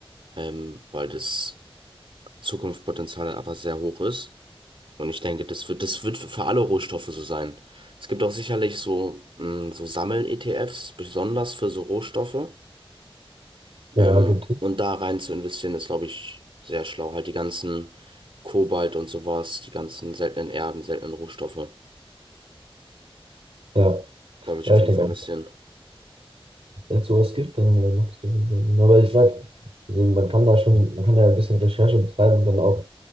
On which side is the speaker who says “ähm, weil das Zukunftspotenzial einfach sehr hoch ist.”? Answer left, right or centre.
Right